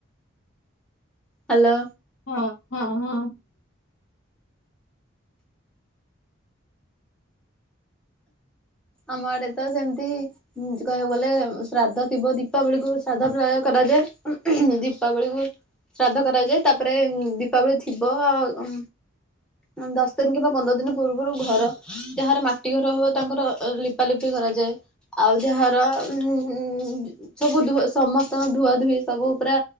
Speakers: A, in the centre; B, on the left.
A: ହାଲୋ।
B: ହଁ ହଁ ହଁ।
A: ଆମ ଆଡ଼େ ତ ସେମତି ଉଁ କହିବାକୁ ଗଲେ ଶ୍ରାଦ୍ଧ ଥିବ ଦୀପାବଳିକୁୁ ଶ୍ରାଦ୍ଧ ପ୍ରୟ କରାଯାଏ ଉମ୍ ଉହୁଁ ଦୀପାବଳିକୁ ବି ଶ୍ରାଦ୍ଧ କରାଯାଏ ତାପରେ ଉ ଦୀପାବଳି ଥିବ ଉଁ ଅଁ ଦଶ ଦିନ୍ କିମ୍ବା ପନ୍ଦର ଦିନ ପୂର୍ବୁରୁ ଘର ଯାହାର ମାଟି ଘର ହବ ତାଙ୍କର ଲିପାଲୁପି କରାଯାଏ। ଆଉ ଯାହାର ଉଁ ସବୁ ଧୁ ସମସ୍ତଙ୍କ ଧୁଆ ଧୁଇ ସବୁ ପୁରା